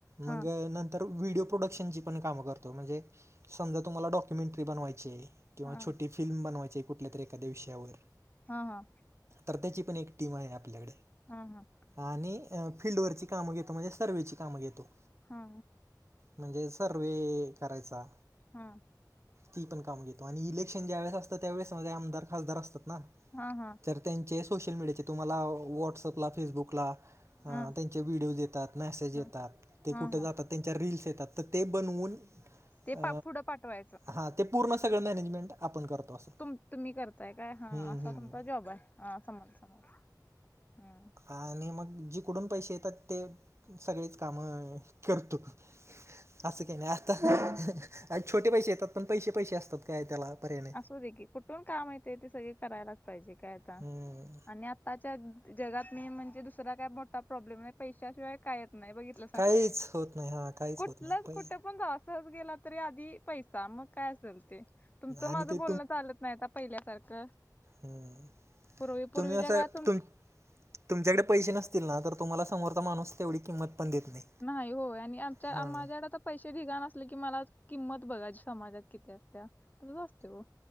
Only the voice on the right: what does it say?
मंग नं तर व्हिडिओ प्रोडक्शनची पण काम करतो म्हणजे समजा तुम्हाला डॉक्युमेंटरी बनवायचे किंवा
छोटी फिल्म बनवायचे कुठले तरी एखाद्या विषयावर
तर त्याची पण एक टीम आहे आपल्याकडे
आणि फिल्डवरची कामं घेतो म्हणजे सर्वेची कामं घेतो.
म्हणजे सर्वे करायचा.
ती पण काम घेतो आणि इलेक्शन ज्या वेळेस असतं त्यावेेळेस स मझे आमदार खासदार असतात ना.
तर त्यांचे सोशल मीडियाचे तुम्हाला व्हाट्सअप ला फेसबुक ला हा
त्यांचे व्हिडिओज येतात, मॅसेज
येतात ते
कुठं
जातात त्यांच्या रिल्स येतात तर ते बनवून
अ,
हां ते पूर्ण सगळं मॅनेजमेंट आपण करतो असं.
हम्म
हम्म
आणि मग जिकडून पैशे येतात ते सगळेच कामं करतो. असं के नाही आता. छोटे पैशे येतात पण पैशे पैशे असतात काय त्याला पर्यंत
हम्म
काहीच होत नाही हा काहीच
होत नाही पहि
आणि
ते
हम्म
तुम्ही असं
तुम तुमच्याकडे पैशे नसतील ना तर तुम्हा समोरचा माणूस तेवढी किंमत पण देत नाही.
हा